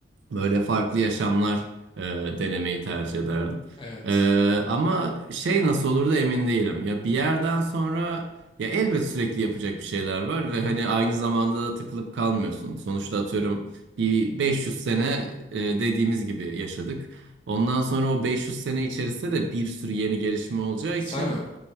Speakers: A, on the right; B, on the left.
A: Böyle farklı yaşamlar e, denemeyi tercih ederdim.
B: Evet.
A: E, ama şey nasıl olur da emin değilim. Ya bir yerden sonra ya elbet sürekli yapacak bir şeyler var ve hani aynı zamanda da tıkılıp kalmıyorsun. Sonuçta atıyorum bir 500 sene e, dediğimiz gibi yaşadık. Ondan sonra o 500 sene içerisinde de bir sürü yeni gelişme olacağı
B: Sen
A: için
B: mi?